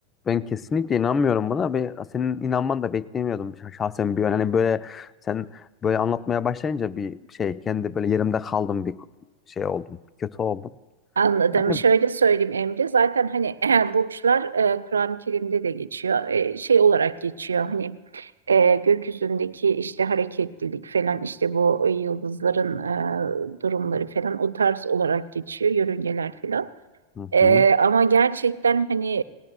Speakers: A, on the left (about 20°); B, on the right (about 70°).
A: ben kesinlikle inanmıyorum buna ve senin inanman da beklemiyordum şah- şahsen bir an. Hani böyle sen böyle anlatmaya başlayınca bir şey kendi böyle yerimde kaldım bir şey oldum. Kötü oldum.
B: Anladım.
A: Yani
B: Şöyle söyleyeyim Emre. Zaten hani eğer burçlar e, Kur'an-ı Kerim'de de geçiyor. E, şey olarak geçiyor. Hani e, gökyüzündeki işte hareketlilik falan işte bu yıldızların e, durumları falan o tarz olarak geçiyor. Yörüngeler falan.
A: hı
B: Ee,
A: hı.
B: ama gerçekten hani